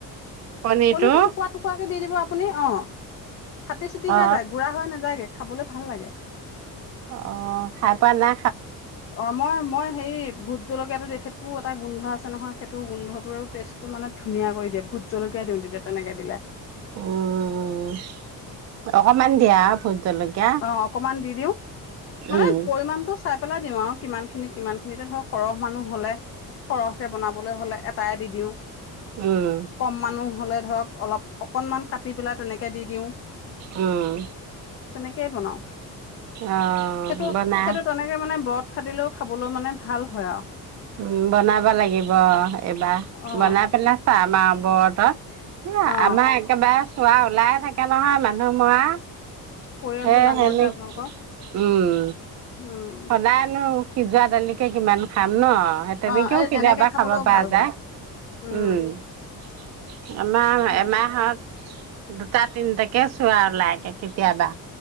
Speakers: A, on the right; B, on the left.
A: পনিৰটো
B: কণীটো টুকুৰা টুকুৰা কে দি দিব আপুনি অ ফাটি চিটি
A: অ
B: হে যায় গুড়া হৈ নাযায়গে। খাবলৈ ভাল লাগে।
A: অ', খাই পোৱা না
B: অ', মই মই হেৰি ভোত জলকীয়াটো দেখি পু এটা গোন্ধ আছে নহয় সেইটো গোন্ধ টেষ্টটো মানে ধুনীয়া কৰি দিয়ে ভোটজলকীয়া দিওঁ তেতিয়া তেনেকে দিলে।
A: উম অকমান দিয়া ভোট জলকীয়া
B: অ', অকমান দি দিও। মানে
A: উম
B: পৰিমানটো চাই পেলাই দিওঁ আৰু কিমান খিনিত, কিমান খিনিতে ধৰক। সৰহ মানুহ হ'লে, সৰহকে বনাবলৈ হলে, এটাই দি দিওঁ।
A: উম,
B: কম মানুহ হলে ধৰক অলপ অকনমান কাটি পেলাই তেনেকে দি দিওঁ।
A: উম
B: তেনেকেই বনাও,
A: অ',
B: সেইটো
A: বনা
B: সেইটো তেনেকে মানে ব্ৰত খাদিলেও খাবলৈ মানে ভাল হয় আৰু।
A: উ বনাব লাগিব এইবাৰ,
B: অ
A: বনাই পেলাই চা মা ব্ৰতত সিয়া
B: অ
A: আমাৰ একেবাৰে চোৱা ওলাইে থাকে নহয় মানুহ মৰা
B: পৰিয়ালটো
A: হে
B: ডাঙৰ
A: হে নে
B: যে আপোনালোকৰ
A: উম
B: উম
A: সদায়নো সিজোৱা দালিকে কিমান খাম ন সেইতেনেকেও
B: অ এই
A: কেতিয়াবা
B: এনেকে খাবলৈও
A: খাব পৰা
B: ভাল
A: যায়
B: হয় উম
A: উম এমাহ
B: সেয়া
A: এমাহত দুটা তিনটাকে চোৱা ওলাইগে কেতিয়াবা